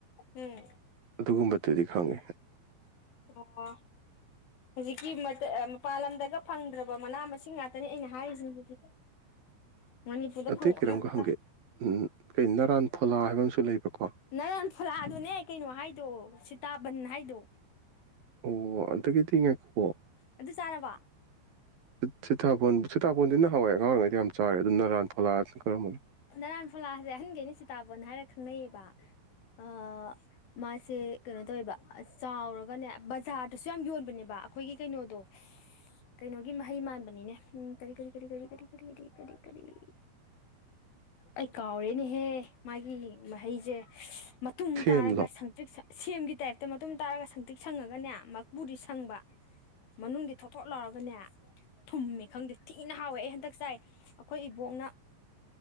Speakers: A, on the left; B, on the right.
A: ꯎꯝ
B: ꯑꯗꯨꯒꯨꯝꯕꯗꯨꯗꯤ ꯈꯪꯉꯦ
A: ꯑꯃ ꯍꯧꯖꯤꯛꯀꯤ ꯃꯄꯥꯟ ꯂꯝꯗꯒ ꯐꯪꯗ꯭ꯔꯕ ꯃꯅꯥ ꯃꯁꯤꯡ ꯉꯥꯛꯇꯅꯤ ꯑꯩꯅ ꯍꯥꯏꯔꯤꯁꯤꯡꯁꯤꯗꯤ
B: <inaudible>
A: ꯃꯅꯤꯄꯨꯔꯗ
B: ꯑꯇꯩ
A: ꯐꯪꯕ
B: ꯀꯩꯅꯣꯝꯀ
A: ꯉꯥꯛꯇ
B: ꯍꯪꯒꯦ ꯀꯩ ꯅꯔꯥꯟ ꯐꯣꯂꯥ ꯍꯥꯏꯕ ꯑꯃꯁꯨ ꯂꯩꯕꯀꯣ
A: ꯅꯔꯥꯟ ꯐꯣꯂꯥꯗꯨꯅꯦ ꯀꯩꯅꯣ ꯍꯥꯏꯗꯣ ꯁꯤꯇꯥꯕꯟ ꯍꯥꯏꯗꯣ
B: ꯑꯣ ꯑꯗꯨꯗꯒꯤꯗꯤ ꯉꯥꯏꯈꯣ
A: ꯑꯗꯨ ꯆꯥꯔꯕꯣ
B: ꯆꯤꯇꯥꯐꯣꯟ ꯆꯤꯇꯥꯐꯣꯟꯁꯤꯅ ꯅꯍꯥꯟꯋꯥꯏ ꯑꯉꯥꯡ ꯑꯣꯏꯔꯤꯉꯩꯗꯤ ꯌꯥꯝ ꯆꯥꯔꯦ ꯑꯗꯨ ꯅꯔꯥꯟ ꯐꯣꯂꯥꯁꯤꯅ ꯀꯔꯝꯕꯅꯣ
A: ꯅꯔꯥꯟ ꯐꯣꯂꯥꯁꯦ ꯑꯍꯟꯈꯩꯅ ꯁꯤꯇꯥꯕꯣꯟ ꯍꯥꯏꯔ ꯈꯪꯅꯩꯌꯦꯕ
B: <inaudible>
A: ꯑꯥ ꯃꯥꯁꯦ ꯀꯩꯅꯣ ꯇꯧꯋꯦꯕ ꯆꯥꯎꯔꯒꯅꯦ ꯕꯖꯥꯔꯗꯁꯨ ꯌꯥꯝ ꯌꯣꯟꯕꯅꯦꯕ ꯑꯩꯈꯣꯏꯒꯤ ꯀꯩꯅꯣꯗꯣ ꯀꯩꯅꯣꯒꯤ ꯃꯍꯩ ꯃꯥꯟꯕꯅꯤꯅꯦ ꯎ ꯀꯔꯤ ꯀꯔꯤ ꯀꯔꯤ ꯀꯔꯤ ꯀꯔꯤ ꯀꯔꯤ ꯀꯔꯤ ꯀꯔꯤ ꯀꯔꯤ ꯑꯩ ꯀꯥꯎꯔꯦꯅꯦꯍꯦ ꯃꯥꯒꯤ ꯃꯍꯩꯁꯦ ꯃꯇꯨꯝ
B: ꯁꯦꯝꯂꯣ
A: ꯇꯥꯔꯒ ꯁꯇꯤꯛ ꯁꯦꯝꯒꯤ ꯇꯥꯏꯞꯇ ꯃꯇꯨꯡ ꯇꯥꯔꯒ ꯁꯪꯇꯤꯛ ꯁꯪꯉꯒꯅꯦ ꯃꯀꯨꯗꯤ ꯁꯪꯕ ꯃꯅꯨꯡꯒꯤ ꯊꯣꯠ ꯊꯣꯠ ꯂꯧꯎꯔꯒꯅꯦ ꯊꯨꯝꯃꯦ ꯈꯪꯗꯦ ꯊꯤꯅ ꯍꯥꯎꯋꯦ ꯑꯩ ꯍꯟꯗꯛ ꯆꯥꯏ ꯑꯩꯈꯣꯏ ꯏꯕꯣꯛꯅ